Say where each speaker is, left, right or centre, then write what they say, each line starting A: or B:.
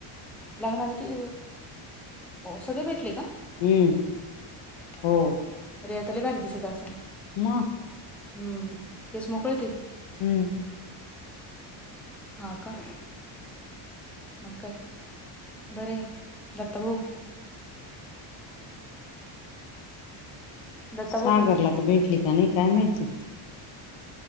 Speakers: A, in the centre; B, on the left.
A: लाग्न आलं की अ सगळे भेटले का
B: हम्म हो
A: अरेेतला बारी दिसत अस
B: मग
A: हम्म! केस मोकळे ते का?
B: हम्म!
A: हा, का? मग बरं दत्ता भाऊ दत्ता
B: सागरला
A: भाऊ पण
B: तर भेटली, का नाही काय माहिती?